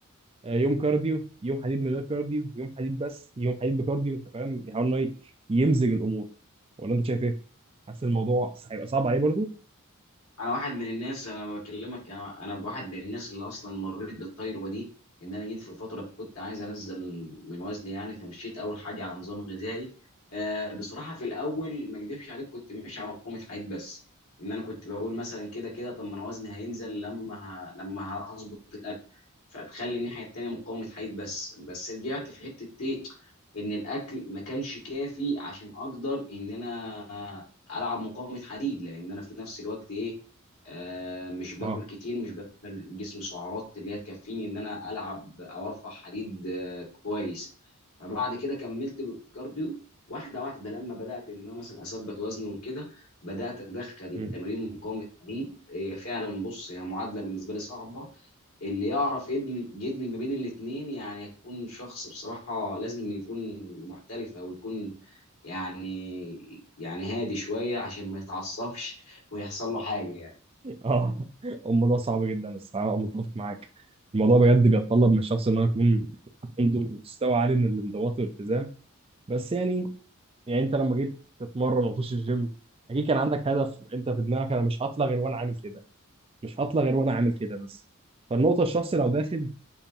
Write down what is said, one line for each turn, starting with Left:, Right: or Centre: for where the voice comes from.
Right: آه، يوم كارديو يوم حديد من غير كارديو يوم حديد بس يوم حديد بكارديو انت فاهم يحاول ان هو ي- يمزج الامور ولا انت شايف ايه؟ حاسس الموضوع هيبقى صعب عليه برضه؟
Left: انا واحد من الناس انا بكلمك انا انا واحد من الناس اللي اصلا مريت بالتجربه دي ان انا جيت في فتره كنت عايز انزل من وزني يعني فمشيت اول حاجه على نظام غذائي آه بصراحه في الاول ما اكدبش عليك كنت ماشي على مقاومه حياه بس ان انا كنت بقول مثلا كده كده طب ما انا وزني هينزل لما ه... لما ه- هظبط الاكل فتخلي الناحيه التانيه مقاومه حياه بس بس رجعت في حته ايه ان الاكل ما كانش كافي عشان اقدر ان انا العب مقاومه حديد لان انا في نفس الوقت ايه آه مش باكل
Right: اه
Left: كتير مش بدخل جسم سعرات اللي هي تكفيني ان انا العب او ارفع حديد آه كويس فبعد كده كملت بالكارديو واحده واحده لما بدات ان انا مثلا اثبت وزني وكده بدات ادخل
Right: مم.
Left: تمارين مقاومه حديد هي فعلا بص هي معادله بالنسبه لي صعبه اللي يعرف يدمج يدمج ما بين الاثنين يعني يكون شخص بصراحة لازم يكون محترف او يكون يعني يعني هادي شوية عشان ما يتعصبش ويحصل له حاجة يعني
Right: اه <laughs> الموضوع صعب جدا الصراحه أنا متفق معاك الموضوع بجد بيتطلب من الشخص ان هو يكون عنده مستوى عالي من الانضباط والالتزام بس يعني يعني انت لما جيت تتمرن وتخش الجيم اكيد كان عندك هدف انت في دماغك انا مش هطلع غير وانا عامل كده مش هطلع غير وانا عامل كده بس فالنقطه الشخص لو داخل